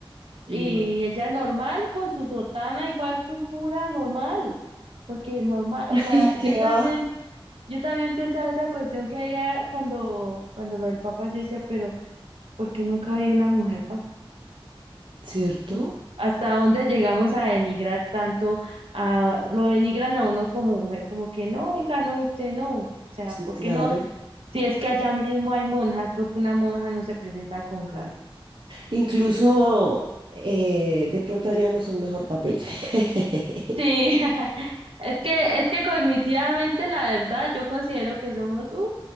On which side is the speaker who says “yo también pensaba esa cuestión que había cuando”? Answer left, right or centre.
Right